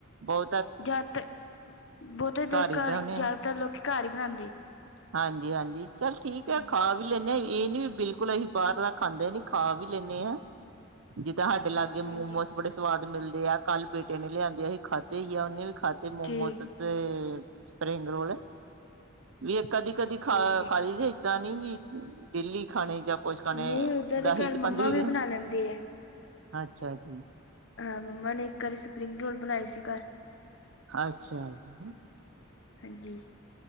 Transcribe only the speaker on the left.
ਜ਼ਿਆਦਾਤਰ ਬਹੁਤੇ ਦੇਰ
ਘਰ
ਜ਼ਿਆਦਾਤਰ
ਲੋਕ ਘਰ ਹੀ ਬਣਾਉਂਦੇ।
ਹਾਂਜੀ
ਹਾਂਜੀ
ਠੀਕ
ਠੀਕ
ਹੈ
ਨਹੀਂ ਓਦਾਂ
ਦੇ ਘਰ
ਮੰਮਾ ਵੀ
ਬਣਾ ਲੈਂਦੇ ਹੈ
ਹਾਂ, ਮੰਮਾ ਨੇ ਇੱਕ ਵਾਰੀ ਸਪਰਿੰਗ ਰੋਲ ਬਣਾਏ ਸੀ ਘਰ।
ਹਾਂਜੀ।